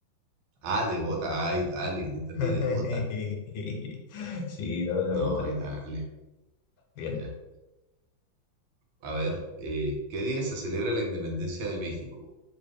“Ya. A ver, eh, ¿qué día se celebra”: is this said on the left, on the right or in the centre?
Right